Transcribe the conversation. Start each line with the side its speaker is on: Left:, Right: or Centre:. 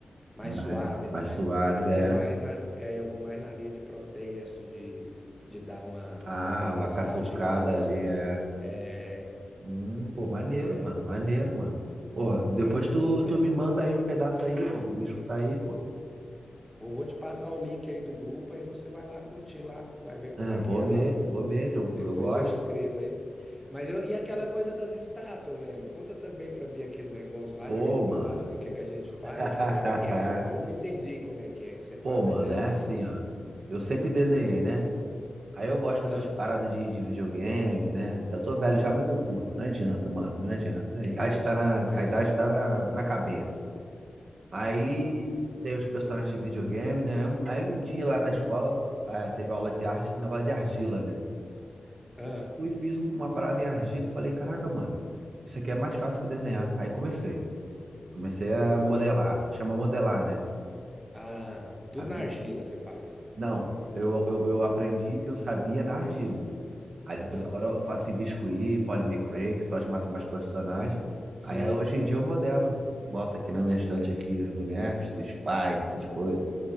Centre: mais
Right: Mais,
Centre: suaves,
Right: mais
Centre: né?
Right: suaves,
Centre: Eu
Right: é.
Centre: vou mais na, é, eu vou mais na linha de protesto, de, de dar uma,
Right: Ah,
Centre: uma mensagem
Right: uma catucada
Centre: mais assim,
Right: ali, é.
Centre: é,
Right: Hum, pô, maneiro,
Centre: né?
Right: mano, maneiro, mano. Pô, depois
Centre: É bom,
Right: tu,
Centre: né?
Right: tu me manda aí um pedaço aí, pô, pra me escutar aí, pô.
Centre: Vou, vou te passar o link aí do grupo, aí você vai lá curtir lá, vai ver como
Right: É,
Centre: é
Right: vou
Centre: que é
Right: mesmo,
Centre: lá.
Right: vou mesmo, eu,
Centre: Depois
Right: eu gosto.
Centre: eu escrevo aí. Mas eu, e aquela coisa das estátuas, velho? Conta também pra mim aquele negócio lá,
Right: Pô,
Centre: já que a gente
Right: mano.
Centre: tá falando do que que a gente faz.
Right: <laughs>
Centre: Como é que é, velho? Eu não entendi como é que é que você faz
Right: Pô, mano,
Centre: ela.
Right: é assim, ó. Eu sempre desenhei, né? Aí eu gosto dessas
Centre: Ah,
Right: paradas de, de videogame, né? Eu tô velho já, mas eu curto. Não adianta, mano, não adianta. A
Centre: que
Right: idade
Centre: isso,
Right: tá na,
Centre: tá, velho?
Right: a idade tá na, na cabeça. Aí tem os personagens de videogame, né? Aí um, aí um dia lá na escola, ah, teve aula de arte, um negócio de argila, né?
Centre: Ah,
Right: Aí eu fui e fiz um- uma parada em argila e falei, caraca, mano, isso aqui é mais fácil que desenhar. Aí comecei. Comecei a
Centre: foi.
Right: modelar, chama modelar, né?
Centre: Ah, tudo
Right: Aí come-
Centre: na argila você faz.
Right: Não, eu, eu, eu aprendi que eu sabia na argila. Aí depois
Centre: Ah,
Right: agora eu faço em biscuit, Polly McRae, que são as massas mais profissionais.
Centre: sim.
Right: Aí hoje em dia eu modelo. Boto aqui na minha estante aqui os bonecos, Street Fighter, essas coisas.